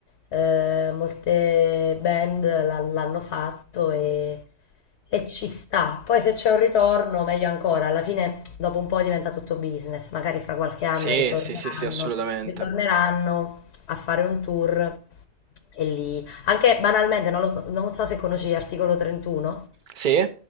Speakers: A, on the left; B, on the right.
A: eh, molte band l'ha- l'hanno fatto e, e ci sta. Poi se c'è un ritorno, meglio ancora, alla fine dopo un po' diventa tutto business, magari fra qualche anno
B: Sì,
A: ritorneranno,
B: sì, sì, sì, assolutamente.
A: ritorneranno a fare un tour e lì. Anche banalmente, non lo so, non so se conosci l'articolo 31.
B: Sì?